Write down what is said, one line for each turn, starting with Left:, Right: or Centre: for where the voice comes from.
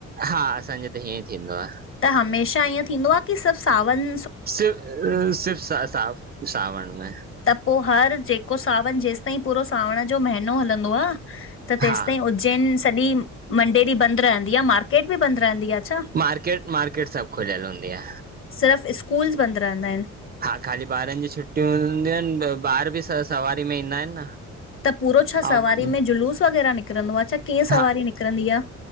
Right: हा, असांजे हिते हीअं थींदो आ।
Left: त हमेशा ईअं थींदो आ की सिर्फ सावन?
Right: सि, सिर्फ अं सावण में।
Left: त पो हर जेको सावण जेसि ताईं पूरो सावण जो महीनो हलंदो आ त तेसिताईं
Right: हा
Left: उज् उज्जैन सॼी मंडे ॾीं बंद रहंदी आ, मार्केट बि बंदि रहंदी आ? छा?
Right: मार्केट-मार्केट सब खुलियल हूंदी आ।
Left: सिर्फ़ स्कूल्स बंद रहंदा आहिनि?
Right: हा खाली ॿारनि जी छुटियूं हूंदियूं आहिनि ॿार बि सवारी में ईंदा आहिनि न।
Left: त पूरो छा
Right: ऐं
Left: सवारी में जुलूस वग़ैरह निकिरंदो आ छा? कीअं
Right: हा।
Left: सवारी निकिरंदी आ?